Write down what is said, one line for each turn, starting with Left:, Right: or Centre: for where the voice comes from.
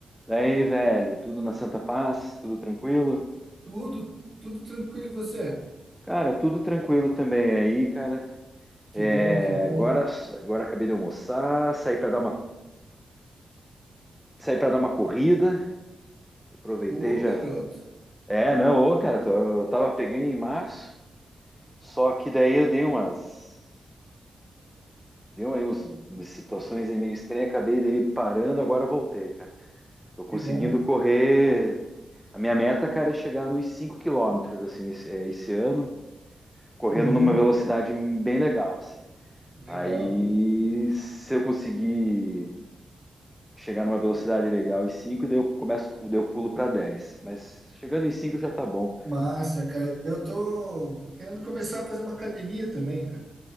Centre: Daí, velho, tudo na Santa Paz, tudo tranquilo?
Right: Tudo, tudo tranquilo e você?
Centre: Cara, tudo tranquilo também aí, cara.
Right: Que
Centre: É,
Right: bom, que bom.
Centre: agora, agora acabei de almoçar, saí pra dar uma, saí para dar uma corrida, aproveitei
Right: Pô,
Centre: já.
Right: garoto,
Centre: É, não, ô, cara, tô- eu tava pegando em março, só que daí eu dei umas, deu aí uns, umas situações aí meio estranhas, acabei daí parando, agora voltei, cara. Tô conseguindo
Right: que bom.
Centre: correr. A minha meta, cara, é chegar nos 5 quilômetros, assim, esse, é, esse ano. correndo
Right: Uhum,
Centre: numa velocidade bem legal, assim.
Right: legal.
Centre: Aí, se eu conseguir chegar numa velocidade legal em 5, daí eu começo, daí eu pulo para 10. Mas chegando em 5 já tá bom.
Right: Massa, cara. Eu tô querendo começar a fazer uma academia também, cara,